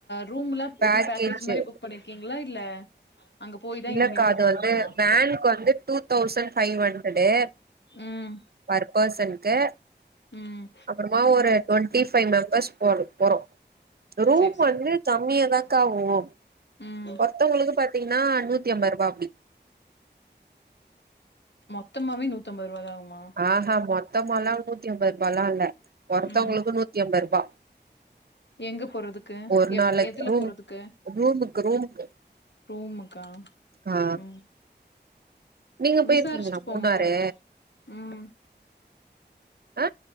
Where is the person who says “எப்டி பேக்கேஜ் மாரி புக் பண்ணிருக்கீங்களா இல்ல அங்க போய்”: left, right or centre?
Left